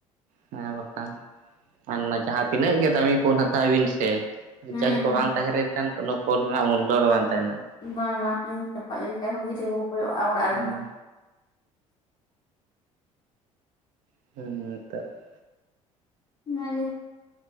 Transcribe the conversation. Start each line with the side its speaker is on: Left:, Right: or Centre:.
Right: ᱦᱮᱸ ᱵᱟᱠᱷᱟᱱ, ᱟᱱ ᱡᱟᱦᱟᱸ ᱛᱤᱱᱟᱹᱜ ᱜᱮ ᱫᱟᱹᱢᱤ ᱯᱷᱳᱱ ᱦᱟᱛᱟᱣ ᱵᱤᱱ ᱥᱮ, ᱨᱤᱪᱟᱨᱡᱽ
Left: ᱦᱩᱸ
Right: ᱠᱚ
Left: ᱦᱩᱸ
Right: ᱵᱟᱝ ᱛᱟᱦᱮᱸ ᱞᱮᱱᱠᱷᱟᱱ ᱠᱳᱱᱳ ᱯᱷᱳᱱ ᱨᱮᱱᱟᱜ ᱢᱩᱞᱚ ᱜᱮ ᱵᱟᱝ ᱛᱟᱦᱮᱱᱟ᱾
Left: ᱵᱟᱝ ᱵᱟᱝ ᱦᱸ ᱪᱟᱯᱟ ᱜᱤᱰᱤ ᱠᱷᱟᱡ ᱪᱤᱞᱤ ᱦᱚᱸ ᱵᱟᱠᱚ ᱠᱚᱭᱚᱜᱼᱟ ᱚᱲᱟᱜ ᱨᱮᱦᱚᱸ,
Right: ᱦᱮᱸ <inaudible>
Left: ᱚᱱᱟ ᱜᱮ᱾